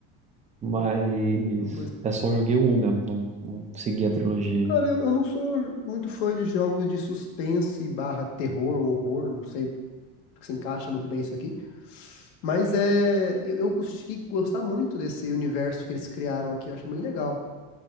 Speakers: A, on the right (about 20°); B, on the left (about 80°).
A: Mas
B: Não
A: é só joguei o 1 mesmo, não, não segui a trilogia.
B: Cara, eu, eu não sou muito fã de jogos de suspense barra terror, horror, não sei se encaixa muito bem isso aqui. Mas é, eu, eu consegui gostar muito desse universo que eles criaram aqui, eu acho bem legal.